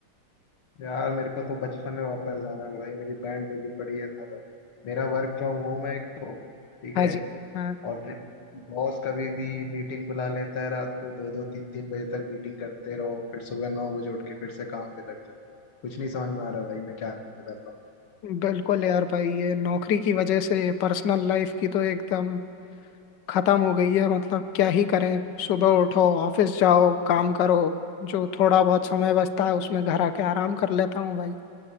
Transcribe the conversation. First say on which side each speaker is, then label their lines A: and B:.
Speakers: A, on the left (about 85°); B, on the left (about 60°).
A: यार मेरे को तो बचपन में वापस जाना है भाई मेरी बैंड बजी पड़ी है सारा मेरा वर्क फ्रॉम होम है एक तो ठीक
B: हाँ
A: है
B: जी हाँ
A: और फिर बॉस कभी भी मीटिंग बुला लेता है रात को दो दो तीन तीन बजे तक मीटिंग करते रहो फिर सुबह नौ बजे उठ के फिर से काम पे लग जाओ कुछ नहीं समझ में आ रहा भाई मैं क्या कर रहा हूँ
B: बिल्कुल यार भाई ये नौकरी की वजह से पर्सनल लाइफ की तो एकदम खत्म हो गई है मतलब क्या ही करें सुबह उठो ऑफिस जाओ काम करो जो थोड़ा बहुत समय बचता है उसमें घर आके आराम कर लेता हूँ भाई